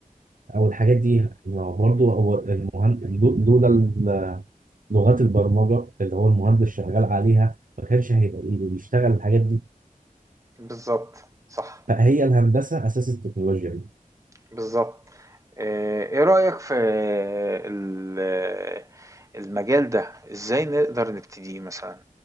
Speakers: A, on the right; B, on the right.
A: او الحاجات دي ما هو برضو هو المهندس لولا ال- لغات البرمجه اللي هو المهندس شغال عليها ما كانش هيبقى إيه بيشتغل الحاجات دي
B: بالظبط صح
A: فهي الهندسه اساس التكنولوجيا دي
B: بالظبط آه، ايه رأيك في ال- المجال ده ازاي نقدر نبتديه مثلا